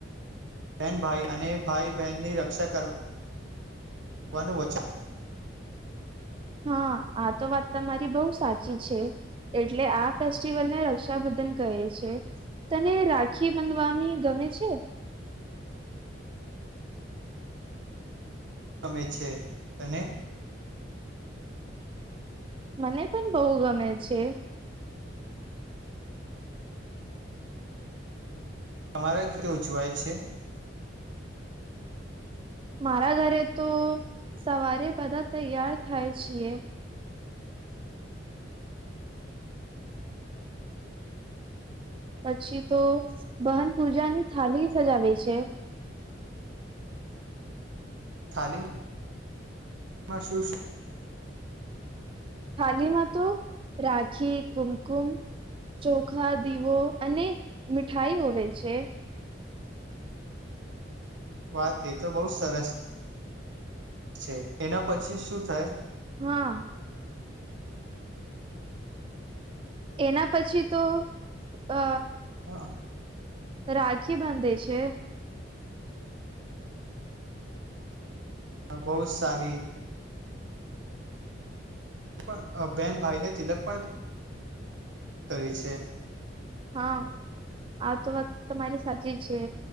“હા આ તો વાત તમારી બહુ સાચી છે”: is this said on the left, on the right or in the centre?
Right